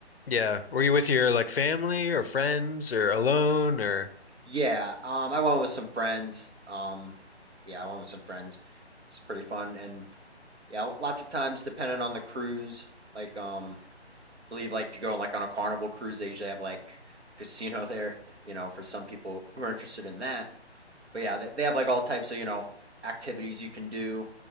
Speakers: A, on the left; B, on the right.
A: yeah, were you with your like family or friends or alone or?
B: Yeah, um, I went with some friends. Um, yeah, I went with some friends. It's pretty fun and yeah, lots of times depending on the cruise, like um, believe like if you go like on a Carnival cruise, they usually have like casino <laughs> there, you know, for some people who are interested in that. But yeah, they, they have like all types of, you know, activities you can do.